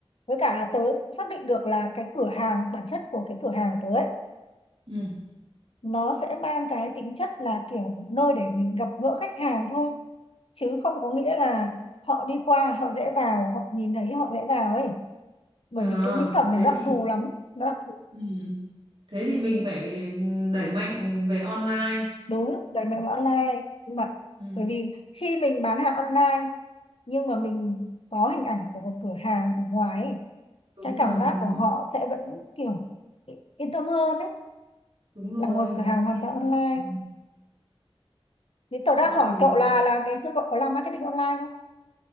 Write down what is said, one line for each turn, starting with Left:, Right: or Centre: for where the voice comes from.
Left: với cả là tớ cũng xác định được là cái cửa hàng bản chất của cái cửa hàng tớ ấy
Right: ừ
Left: nó sẽ mang cái tính chất là kiểu một nơi để mình gặp gỡ khách hàng thôi chứ không có nghĩa là họ đi qua họ dễ vào họ nhìn thấy họ dễ vào ấy bởi
Right: à
Left: vì cái mỹ phẩm này
Right: thế
Left: nó
Right: thì
Left: đặc thù lắm nó đặc thù
Right: ừ thế thì mình phải đẩy mạnh về online.
Left: đúng đẩy mạnh vào online Nhưng mà
Right: ừ
Left: bởi vì khi mình bán hàng online nhưng mà mình có hình ảnh của một cửa hàng ở ngoài ấy
Right: Đúng
Left: cái
Right: rồi
Left: cảm giác
Right: thì nó
Left: của họ sẽ vẫn kiểu yên tâm hơn đấy
Right: đúng rồi,
Left: là một cửa
Right: nó
Left: hàng
Right: sẽ
Left: hoàn
Right: yên
Left: toàn online
Right: tâm. ừ
Left: thế tớ đang
Right: Vậy
Left: hỏi
Right: thì
Left: cậu là là ngày xưa cậu có làm marketing online không